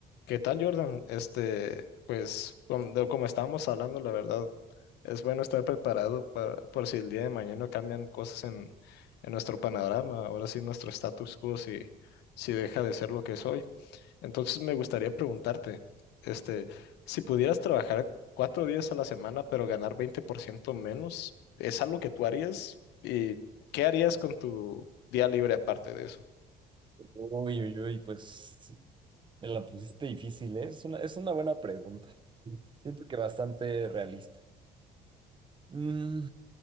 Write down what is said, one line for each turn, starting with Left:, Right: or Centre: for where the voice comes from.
Left: ¿Qué tal, Jordan? Este, pues, com- de- como, estábamos hablando, la verdad, es bueno estar preparado para, por si el día de mañana cambian cosas en, en nuestro panorama, ahora sí nuestro status quo, si, si deja de ser lo que es hoy. Entonces, me gustaría preguntarte, este, si pudieras trabajar cuatro días a la semana, pero ganar 20% menos, ¿es algo que tú harías? ¿Y qué harías con tu día libre aparte de eso?
Right: Uy, uy, uy, pues me la pusiste difícil, ¿eh? Es una, es una buena pregunta. Siento que bastante realista. Mm,